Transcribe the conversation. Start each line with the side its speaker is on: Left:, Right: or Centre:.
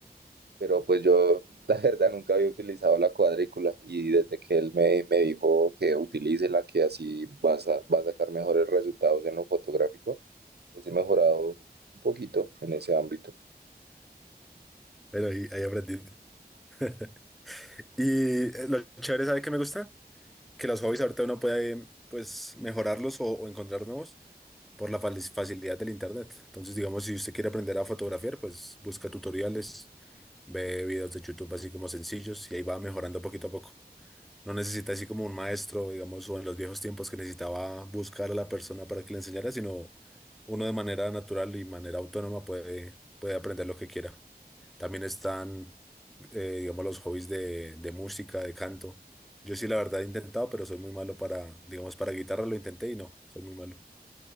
Right: pero pues yo <laughs> la verdad nunca había utilizado la cuadrícula y desde que él me, me dijo que utilice la que así vas a, va a sacar mejores resultados en lo fotográfico, pues he mejorado un poquito en ese ámbito.
Centre: Pero ahí, ahí aprendí. <laughs> Y eh, lo chévere, ¿sabe qué me gusta? Que los hobbies ahorita uno puede, pues, mejorarlos o, o encontrar nuevos por la fali- facilidad del internet. Entonces, digamos, si usted quiere aprender a fotografiar, pues busca tutoriales Ve videos de YouTube así como sencillos y ahí va mejorando poquito a poco. No necesita así como un maestro, digamos, o en los viejos tiempos que necesitaba buscar a la persona para que le enseñara, sino uno de manera natural y manera autónoma puede, puede aprender lo que quiera. También están, eh, digamos, los hobbies de, de música, de canto. Yo sí, la verdad, he intentado, pero soy muy malo para, digamos, para guitarra lo intenté y no, soy muy malo.